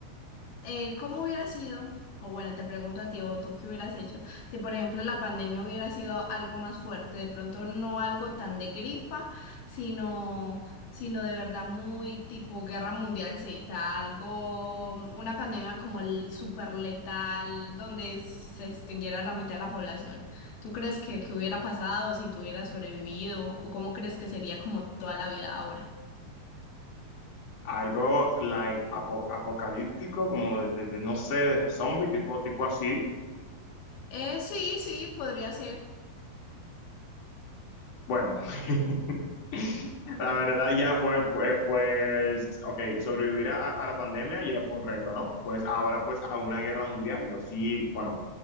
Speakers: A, on the left; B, on the left.
A: eh, ¿cómo hubiera sido? O bueno, te pregunto a ti, o tú qué hubieras hecho, si por ejemplo la pandemia hubiera sido algo más fuerte, de pronto no algo tan de gripa, sino, sino de verdad muy tipo guerra mundial Z, algo, una pandemia como el súper letal, donde se extinguiera la mitad de la población. ¿Tú crees que, que hubiera pasado si tú hubieras sobrevivido? ¿O cómo crees que sería como toda la vida ahora?
B: algo like apo- apocalíptico, como de, de- de, no sé, de zombie, tipo, tipo así.
A: Eh, sí, sí, podría ser.
B: Bueno, <laughs> la verdad ya fue, pues, pues, ok, sobrevivir a, a la pandemia ya fue un reto, ¿no? Pues ahora, pues, a una guerra mundial, yo sí, bueno.